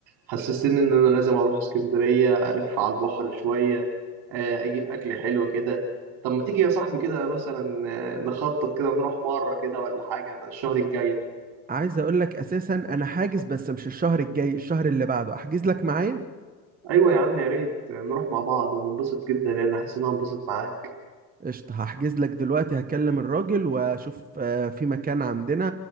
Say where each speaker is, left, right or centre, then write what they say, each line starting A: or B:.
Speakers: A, on the right (about 50°); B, on the right (about 15°).
A: حسستني ان انا لازم اروح اسكندرية الف على البحر شوية آه، اجيب اكل حلو كده طب ما تيجي يا صاحبي كده مثلا آه، نخطط كده نروح مرة كده ولا حاجة الشهر الجاي ده
B: عايز اقول لك اساسا انا حاجز بس مش الشهر الجاي الشهر اللي بعده احجز لك معايا
A: ايوه يا عم يا ريت نروح مع بعض وننبسط جدا لان حاسس ان انا هنبسط معاك
B: قشطة هحجز لك دلوقتي هكلم الراجل واشوف آه، في مكان عندنا